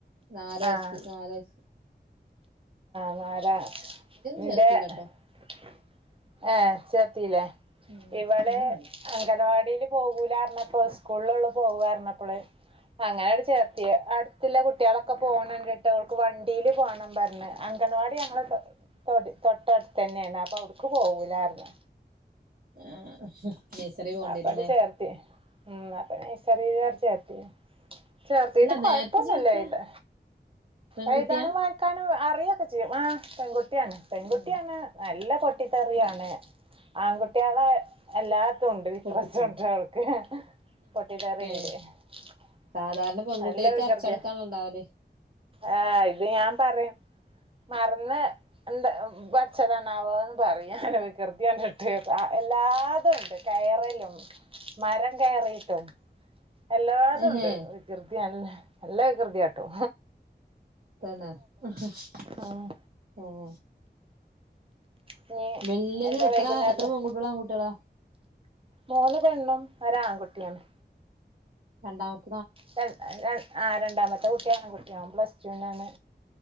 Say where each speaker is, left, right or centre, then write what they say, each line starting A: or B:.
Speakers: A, on the right; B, on the right.
A: നാലയസ്
B: ആഹ്
A: നാലയസ്
B: ഓരേ ന്റെ
A: ചേർത്തില്ലട്ടോ
B: എ ചെപ്പ് ചേർത്തില്ല
A: ഉം
B: ഇവള്
A: ഉം
B: അങ്കനവാടില് പോകൂലാർന്ന ഇപ്പോ സ്കൂളോള്ളപ്പ പോവാരുന്നപ്പള്. അങ്ങനെവര് ചേർത്തിയേ. അടുത്തൊള്ള കുട്ടികളൊക്കെ പോണെ ട്ട <unintelligible> വണ്ടീല് പോണം പറന്ന് അങ്കനവാടി ഞങ്ങെള് തൊട്ടടുത്ത് തന്നെയാണ് അതെവടുക്ക് പോകൂലാരന്ന്
A: <unintelligible> പോണ്ടിവരുല്ലേ
B: അവിടെ ചേർത്തി. ഉം അപ്പെ നേസറി ചേർ <unintelligible> ചേർത്തീട്ട്
A: അല്ല
B: കൊഴപ്പൊന്നല്ലേ
A: നേരത്തെ ചേർത്തിയ
B: ല്ലേ.
A: പെൺകുട്ടിയാ
B: എഴുതാനും വായക്കാനും അറിയൊക്കെ ആ പെകു കുട്ടിയാണ്. പെൺകുട്ടിയാണ്
A: ഉം
B: നല്ല പട്ടി. റിയാണ്. ആൺകുട്ടികളെയെല്ലാ വിക്രസൊണ്ട്
A: പൊട്ടിത്തെറി
B: നക്ക് പട്ടി ക്കറിയൊണ്ട്.
A: ഏ
B: <unintelligible>
A: സാധാരണ പെൺകുട്ടികൾക്ക്
B: നല്ല വികൃതിയാ.
A: അച്ചടക്കാണല്ലോ ഉണ്ടാവല്
B: ആ ഇത് ഞാൻ പറ മറന്ന് എന്ത് വേ അച്ചതണാവ <unintelligible> എന്ന് പറയാന വികൃതി എല്ലാതും ഉണ്ട് കയറലും മരം കയറിട്ടും എല്ലാതും
A: ഏഹേ
B: ഉണ്ട് വികൃതി നല്ല കൃതിയാട്ടോ
A: തന്നെ ആഹ
B: ഉം ഇനി
A: വല്യത്
B: എന്താ
A: എത്ര
B: വൈകുന്നേരം
A: എത്ര പൺകുട്ടികളാൺകുട്ടികളാ
B: മൂന്ന് പെണ്ണും ഒരാ ആൺകുട്ടിയാണ്
A: രണ്ടാം മത്
B: <unintelligible> ആ് രണ്ടാമത്തെ കുട്ടിയാണ് കുട്ടിയവും പ്ലസ്ടുനാണ്